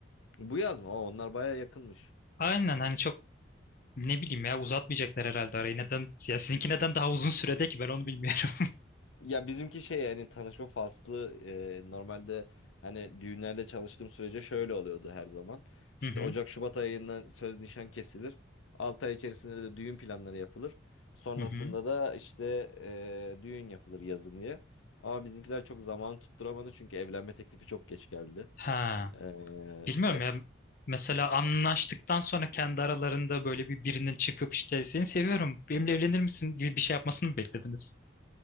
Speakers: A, on the left; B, on the left.
A: Bu yaz mı? Aa, onlar baya yakınmış.
B: Aynen hani çok ne bileyim ya uzatmayacaklar herhalde arayı. Neden? Ya sizinki neden daha uzun sürede ki ben onu bilmiyorum.
A: Ya bizimki şey yani tanışma faslı e, normalde hani düğünlerde çalıştığım sürece şöyle oluyordu her zaman. İşte
B: <laughs> Hı hı.
A: Ocak Şubat ayından söz nişan kesilir. 6 ay içerisinde de düğün planları yapılır. Sonrasında
B: Hı hı.
A: da işte e, düğün yapılır yazın diye. Ama bizimkiler çok zaman tutturamadı çünkü evlenme teklifi çok geç geldi.
B: Ha.
A: E,
B: Bilmiyorum
A: yani
B: ya mesela anlaştıktan sonra kendi aralarında böyle bir birinin çıkıp işte seni seviyorum benimle evlenir misin gibi bir şey yapmasını mı beklediniz?